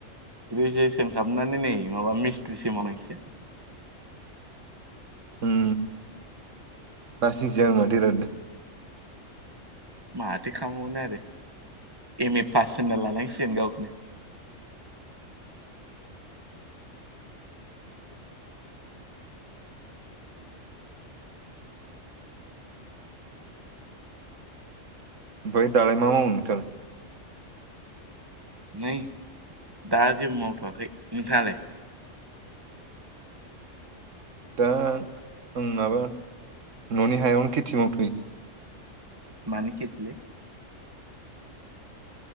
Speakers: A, on the right; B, on the right.
A: ग्रेजुवेसन खालामनानै नै माबा मिस्ट्रिसो मावनांसिगोन।
B: उम लासिं सिं जागोन बिरादनो
A: माथो खालामबावनो आरो एम ए पास होनना लानांसिगोन गावखौनो।
B: ओमफ्राय दालाय मा मावनो नोंथाङालाय
A: नै दा जेबो मावथ'वाखै नोंथाङालाय?
B: दा आं माबा न'नि हायावनो खेथि मावथै।
A: मानि खेथिलै?